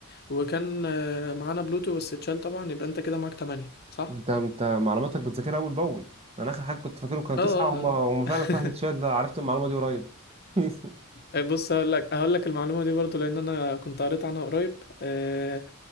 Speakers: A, on the left; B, on the right.
A: وكان آه معانا بلوتو بس اتشال طبعا يبقى انت كده معاك تمانية صح
B: انت انت معلوماتك بتذاكرها اول باول انا اخر حاجه كنت فاكرهم كانوا
A: اه
B: تسعه
A: آه.
B: هم هم فعلا
A: <laughs>
B: كل واحد اتشال ده عرفت المعلومه دي قريب <laughs>
A: آه، بص هقول لك هقول لك المعلومه دي برضو لان انا كنت قريت عنها قريب آه،